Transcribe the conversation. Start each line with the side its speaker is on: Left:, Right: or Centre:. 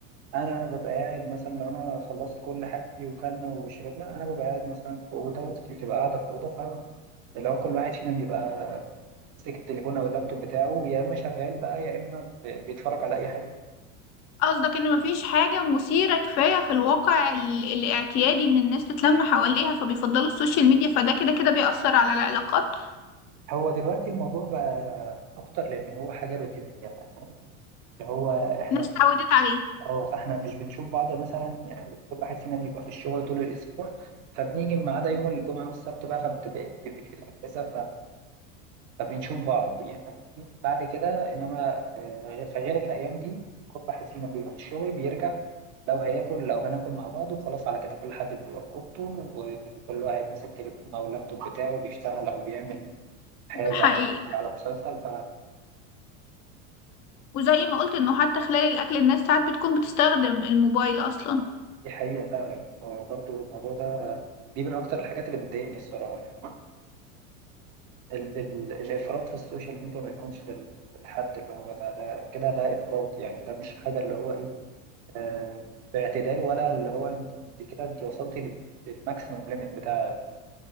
Right: انا ببقى قاعد مثلا لو انا خلصت كل حاجتي وكلنا وشربنا انا ببقى قاعد مثلا في اوضه وأختي بتبقى قاعده في اوضه فاللي هو كل واحد فينا بيبقى ماسك التليفون او اللابتوب بتاعه يا اما شغال بقى يا اما ب- بيتفرج على اي حاجه
Left: قصدك إن مفيش حاجة مثيرة كفاية في الواقع ال- الاعتيادي إن الناس تتلم حواليها فبيفضلوا السوشيال ميديا فده كده كده بيأثر على العلاقات
Right: هو دلوقتي الموضوع بقى اكتر لان هو حاجه روتينيه بقى. اللي هو احنا
Left: الناس اتعودت عليه
Right: اه فاحنا مش بنشوف بعض مثلا يعني كل واحد فينا بيبقى في الشغل طول الاسبوع فبنيجي ما عدا يوم الجمعه والسبت بقى فبتبقى بتبقى في الاجازه فبنشوف بعض يعني بعد كده إنما آه، في غير الأيام دي كل واحد فينا بيبقى في الشغل بيرجع لو هياكل لو هناكل مع بعض وخلاص على كده كل حد بيبقى في أوضته وكل واحد ماسك تليفون أو اللابتوب بتاعه بيشتغل أو بيعمل حاجة
Left: ده حقيقي
Right: أو بيتفرج على مسلسل فدي
Left: وزي ما قلت إنه حتى خلال الأكل الناس ساعات بتكون بتستخدم الموبايل أصلا
Right: حقيقة فعلا برضو الموضوع ده دي من أكتر الحاجات اللي بتضايقني الصراحة يعني ال ال الإفراط في السوشيال ميديا ما يكونش لل- للحد اللي هو ده ده كده ده إفراط يعني ده مش حاجة اللي هو إيه آه، باعتدال ولا اللي هو انت انت كده انت وصلتي لل- للماكسيمم ليميت بتاع